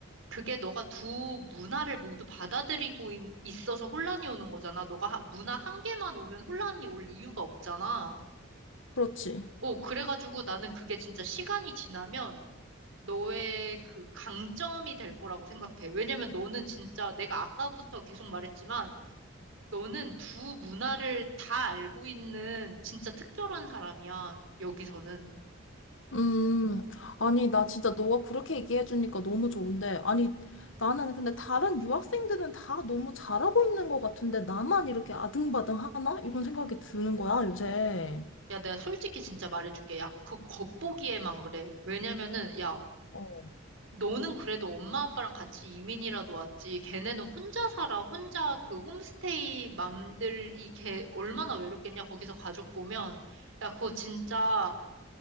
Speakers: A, on the right; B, on the left.
A: 그게 너가 두 문화를 모두 받아들이고 있, 있어서 혼란이 오는 거잖아. 너가 하- 문화 한 개만 오면 혼란이 올 이유가 없잖아.
B: 그렇지.
A: 오, 그래가지고 나는 그게 진짜 시간이 지나면 너의 그 강점이 될 거라고 생각해. 왜냐면 너는 진짜 내가 아까부터 계속 말했지만 너는 두 문화를 다 알고 있는 진짜 특별한 사람이야, 여기서는.
B: 음, 아니, 나 진짜 너가 그렇게 얘기해주니까 너무 좋은데. 아니, 나는 근데 다른 유학생들은 다 너무 잘하고 있는 것 같은데, 나만 이렇게 아등바등 하나? 이런 생각이 드는 거야, 요새.
A: 야, 내가 솔직히 진짜 말해줄게. 야, 그 겉보기에만 그래. 왜냐면은, 야,
B: 어,
A: 너는 그래도 엄마 아빠랑 같이 이민이라도 왔지. 걔네는 혼자 살아. 혼자 그 홈스테이 맘들이 걔 얼마나 외롭겠냐. 거기서 가족 보면. 야, 그거 진짜